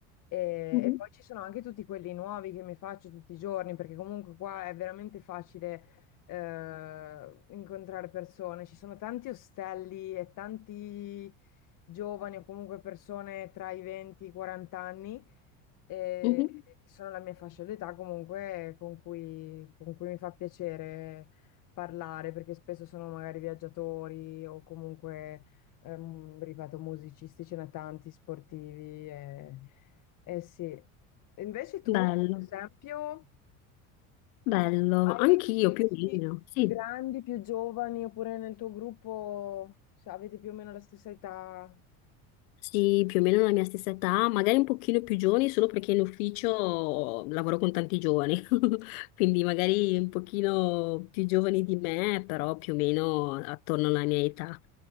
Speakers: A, on the left; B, on the left.
A: e,
B: Mhm.
A: e poi ci sono anche tutti quelli nuovi che mi faccio tutti i giorni, perché comunque qua è veramente facile eh, incontrare persone. Ci sono tanti ostelli e tanti giovani o comunque persone tra i 20 e i 40 anni, eh,
B: Mhm.
A: che sono la mia fascia d'età comunque con cui, con cui mi fa piacere parlare, perché spesso sono magari viaggiatori o comunque, ehm, ripeto, musicisti, ce ne tanti, sportivi. e- eh sì. Invece tu,
B: Bello,
A: per esempio,
B: bello,
A: hai
B: anch'io
A: amici
B: più o meno, sì.
A: più grandi, più giovani, oppure nel tuo gruppo, cioè, avete più o meno la stessa età?
B: Sì, più o meno la mia stessa età, magari un pochino più giovani, solo perché in ufficio lavoro con tanti giovani, <laughs> quindi magari un pochino più giovani di me, però più o meno attorno alla mia età.